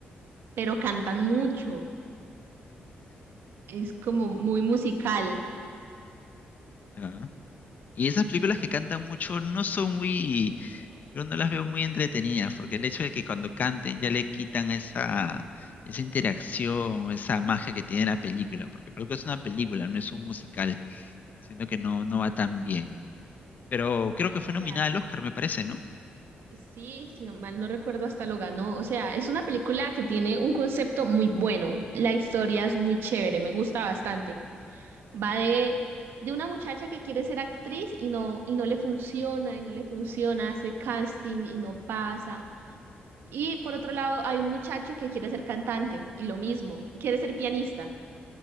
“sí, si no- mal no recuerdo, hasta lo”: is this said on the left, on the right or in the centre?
Right